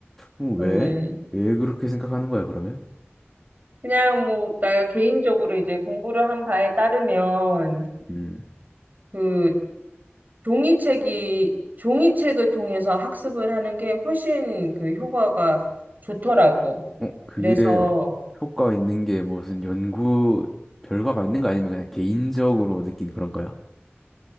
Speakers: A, in the centre; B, on the right.
A: 어, 왜?
B: 음
A: 왜 그렇게 생각하는 거야, 그러면?
B: 그냥 뭐 내가 개인적으로 이제 공부를 한 바에 따르면
A: 음,
B: 그 종이책이 종이책을 통해서 학습을 하는 게 훨씬 그 효과가 좋더라고.
A: 어, 그게
B: 그래서
A: 효과 있는 게 무슨 연구 결과가 있는 거 아니면 그냥 개인적으로 느낀 그런 거야?